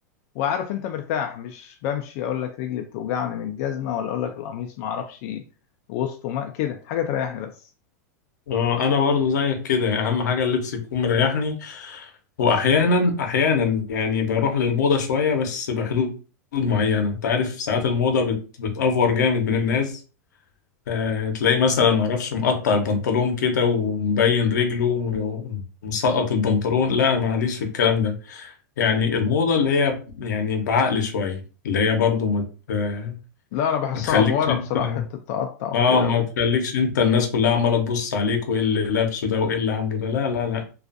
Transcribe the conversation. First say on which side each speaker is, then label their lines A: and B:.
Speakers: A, on the left (about 55°); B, on the left (about 85°).
A: وعارف انت مرتاح مش بمشي اقول لك رجلي بتوجعني من الجزمه ولا اقول لك القميص ما اعرفش وسطه ما كده حاجه تريحني بس
B: اه انا برضو زيك كده اهم حاجه اللبس يكون مريحني واحيانا احيانا يعني بروح للموضه شويه بس بحدود معينه انت عارف ساعات الموضه بت بتأفور جامد من الناس آه تلاقيه مثلا ما اعرفش مقطع البنطلون كده ومبين رجله ومسقط البنطلون لا معليش في الكلام ده يعني الموضة اللي هي يعني بعقل شوية اللي هي برضو ما ت-
A: لا انا بحسها
B: ما تخليكش
A: افوره
B: انت
A: بصراحه حته تقطع
B: اه
A: وكده
B: ما
A: و...
B: تخليكش انت الناس كلها عمالة تبص عليك وايه اللي لابسه ده وايه اللي عامله ده لا لا لا